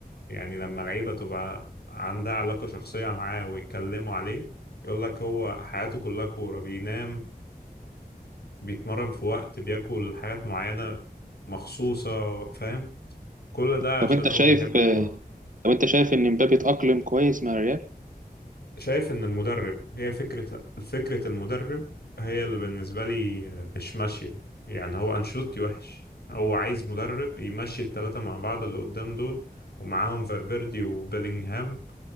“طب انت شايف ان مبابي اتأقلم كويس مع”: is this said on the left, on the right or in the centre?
Right